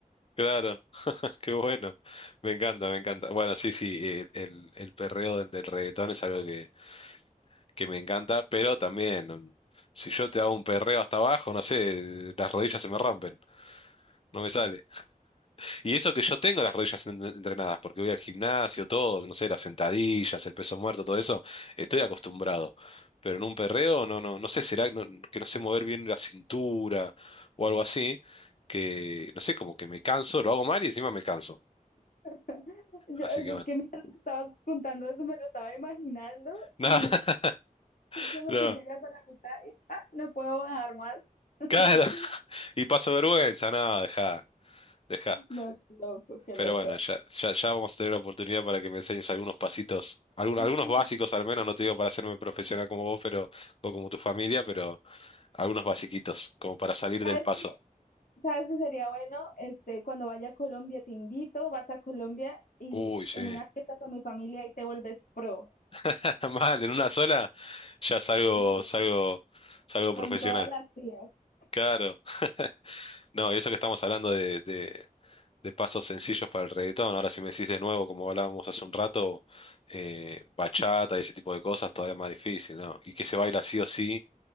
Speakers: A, on the left (about 40°); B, on the left (about 70°).
A: claro. Qué bueno, me encanta, me encanta. Bueno, sí, sí, el, el, el perreo del, del reggaetón es algo que, que me encanta, pero también, um, si yo te hago un perreo hasta abajo, no sé, las rodillas se me rompen, no me sale. Y eso que yo tengo las rodillas en- entrenadas, porque voy al gimnasio, todo, no sé, las sentadillas, el peso muerto, todo eso, estoy acostumbrado. Pero en un perreo, no, no, no sé, será no- que no sé mover bien la cintura o algo así, que, no sé, como que me canso, lo hago mal y encima me canso.
B: <laughs> Yo,
A: Así
B: es
A: que bueno.
B: que mientras me estabas contando eso me lo estaba imaginando
A: <laughs> Nada.
B: y Es
A: <laughs>
B: como que llegas a la mitad y, ah, no puedo bajar más. <laughs>
A: Claro, <laughs> y paso vergüenza, nada, deja, deja.
B: No, qué loco, qué
A: Pero
B: loco.
A: bueno, ya, ya, ya vamos a tener la oportunidad para que me enseñes algunos pasitos, algun-
B: sí
A: algunos básicos al menos, no te digo para hacerme profesional como vos, pero, o como tu familia, pero algunos basiquitos, como para salir
B: ¿Sabes
A: del paso.
B: qué? ¿Sabes qué sería bueno? Este, cuando vaya a Colombia, te invito, vas a Colombia y
A: Uy, sí.
B: en una fiesta con mi familia y te vuelves pro.
A: <laughs> Mal, en una sola ya salgo,
B: Sí,
A: salgo, salgo
B: Con
A: profesional.
B: todas las tías.
A: Claro. <laughs> No, y eso que estamos hablando de de pasos sencillos para el reggaetón. Ahora, si me decís de nuevo, como hablábamos hace un rato, eh, bachata y ese tipo de cosas, todavía más difícil, ¿no? Y que se baila sí o sí